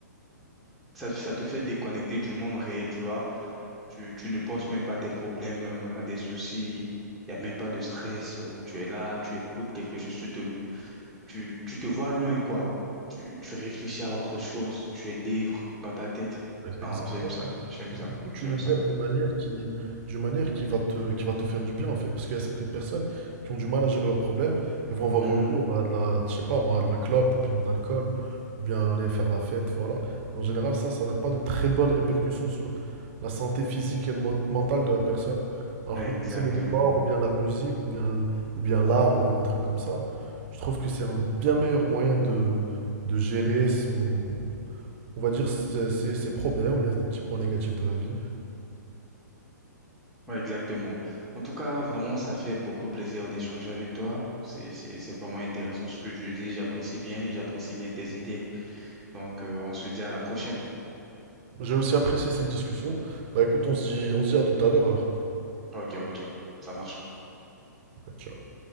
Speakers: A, in the centre; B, on the right.
A: Ça, ça te fait déconnecter du monde réel, tu vois. Tu, tu ne penses même pas à tes problèmes, euh, à des soucis. Il n'y a même pas de stress. euh, Tu es là, tu écoutes quelque chose, tu te, tu, tu te vois loin, quoi. Tu, tu réfléchis à autre chose, tu es libre dans ta tête. Non,
B: Exactement.
A: j'aime ça, j'aime
B: Et
A: ça,
B: surtout, Tu
A: j'aime
B: le
A: ça.
B: gères d'une manière qui, d'une manière qui va te, qui va te faire du bien en fait, parce qu'il y a certaines personnes qui ont du mal à gérer leurs problèmes et vont avoir
A: Mhm.
B: recours à de la, je sais pas moi, à de la clope ou bien de l'alcool ou bien aller faire la fête, voilà. Et en général, ça, ça n'a pas de très bonnes répercussions sur la santé physique et mo- mentale de la personne. Alors
A: Exactement.
B: que quand c'est le sport ou bien la musique ou bien, l- ou bien l'art ou bien des trucs comme ça, je trouve que c'est un bien meilleur moyen de, de gérer son, on va dire, ses, ses- ses problèmes, ou bien des petits points négatifs de la vie.
A: Ouais, exactement. En tout cas, vraiment, ça fait beaucoup plaisir d'échanger avec toi. C'est, c'est, c'est vraiment intéressant ce que tu dis. J'apprécie bien, j'apprécie bien tes idées. Donc, euh, on se dit à la prochaine.
B: J'ai aussi apprécié cette discussion. Bah écoute, on se dit, on se dit à tout à l'heure alors.
A: Ok, ok, ça marche.
B: Ciao.